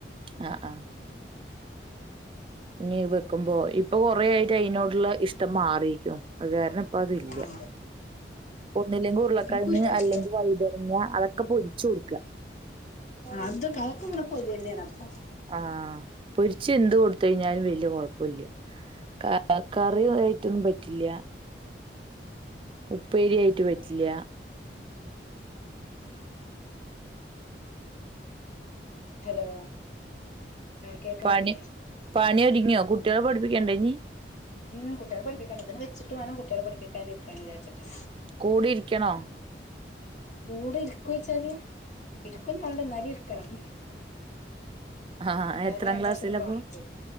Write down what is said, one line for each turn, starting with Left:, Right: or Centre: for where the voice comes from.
Right: ആഹ് ആഹ് ഇനി വക്കുമ്പോ ഇപ്പൊ കൊറേ ആയിട്ട് അതിനോടുള്ള ഇഷ്ടം മാറിക്കണു അത് കാരണം ഇപ്പ അതില്ല
Left: ആ
Right: ഒന്നില്ലെങ്കിൽ ഉരുളക്കിഴങ്ങ്
Left: എനിക്കും ഇഷ്ടല്ല
Right: അല്ലെങ്കിൽ വഴുതനങ്ങ അതൊക്കെ പൊരിച്ചു കൊടുക്കുക
Left: അത് അതൊക്കിവിടെ പൊരി തന്ന്യാണ് അപ്പോ
Right: ആഹ് പൊരിച്ച് എന്ത് കൊടുത്ത് കഴിഞ്ഞാലും വല്യ കൊഴപ്പില്ല ക കറി ആയിട്ടൊന്നും പറ്റില്ല ഉപ്പേരി ആയിട്ട് പറ്റില്ല
Left: ഹലോ ആഹ് കേക്കണില്ലേ
Right: പണി പണി ഒതുങ്ങിയോ കുട്ടികളെ പഠിപ്പിക്കേണ്ടേ ഇനി
Left: ഉം കുട്ടികളെ പടിപ്പിക്കണം ഇതൊന്ന് വെച്ചിട്ട് വേണം കുട്ടികളെ പഠിപ്പിക്കാന് ഇരിക്കാന്ന് വിചാരിച്ചിട്ടാ
Right: കൂടിരിക്കണോ
Left: കൂടെ ഇരിക്കു വെച്ചാല് ഇരിക്കും മേണ്ടാ എന്നാലും ഇരിക്കണം
Right: ആഹ്
Left: എന്നാലേ
Right: എത്രാം
Left: രണ്ടക്ഷരം
Right: ക്ലാസ്സിലപ്പൊ
Left: വായിക്കോളു